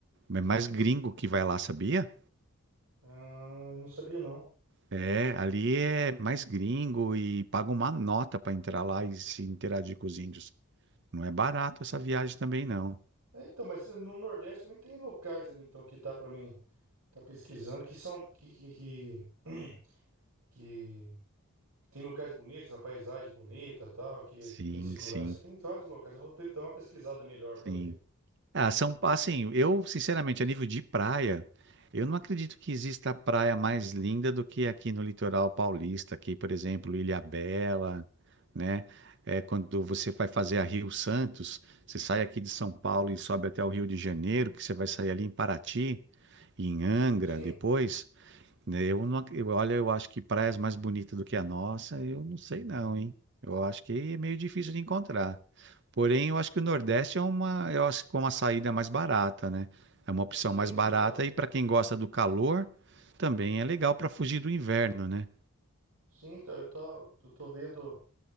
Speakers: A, on the right; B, on the right.
A: é mais gringo que vai lá, sabia?
B: Ah, eu não sabia não.
A: É, ali é mais gringo e paga uma nota para entrar lá e se interagir com os índios. Não é barato essa
B: Nossa.
A: viagem também, não.
B: É, então, mas no Nordeste também tem locais ali então que dá pra mim. tá pesquisando que são que, que, que, <clears throat> que tem locais bonitos, a paisagem bonita, tal, que,
A: Sim,
B: que tem segurança.
A: sim.
B: Tem vários locais. Eu vou pe- dar uma pesquisada melhor para
A: Sim.
B: ver.
A: Ah, são, assim, eu, sinceramente, a nível de praia, eu não acredito que exista praia mais linda do que aqui no litoral paulista, aqui, por exemplo, Ilhabela, né? É, quando você vai fazer a Rio Santos, você sai aqui de São Paulo e sobe até o Rio de Janeiro, que você vai sair ali em Paraty e em Angra
B: Sim.
A: depois, né? Eu não, ac- eu, olha, eu acho que praias mais bonitas do que a nossa, eu não sei não, hein? Eu acho que é meio difícil de encontrar. Porém, eu acho que o Nordeste é uma, eu acho que é uma saída mais barata, né? É uma opção
B: Sim,
A: mais
B: sim,
A: barata
B: então.
A: e para quem gosta do calor, também é legal para fugir do inverno, né?
B: Sim, então eu tô, eu tô vendo,